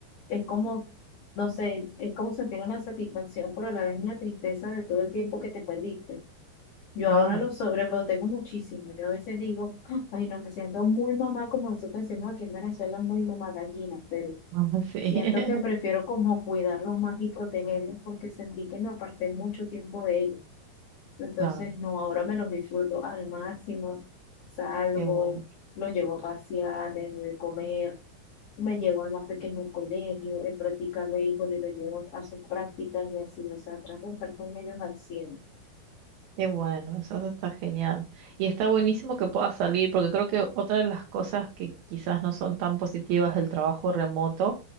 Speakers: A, on the left (about 65°); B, on the right (about 70°).
A: es como, no sé, es como sentir una satisfacción, pero a la vez una tristeza de todo el tiempo que te perdiste. Yo
B: Claro,
A: ahora lo sobreprotejo muchísimo. Yo a veces digo, "Ah, ay, no, me siento muy mamá, como nosotros decimos aquí en Venezuela, muy mamá gallina, pero
B: mamá, sí. <laughs>
A: siento que prefiero como cuidarlos más y protegerlos porque sentí que me aparté mucho tiempo de ellos. Entonces,
B: Claro,
A: no, ahora me los disfruto al máximo. Salgo,
B: qué bueno,
A: los llevo a pasear, les doy de comer, me llevo al más pequeño al colegio, él practica béisbol y lo llevo a sus prácticas y así, o sea, trato de estar con ellos al cien
B: qué bueno, eso eso está genial. Y está buenísimo que pueda salir, porque creo que otra de las cosas que quizás no son tan positivas del trabajo remoto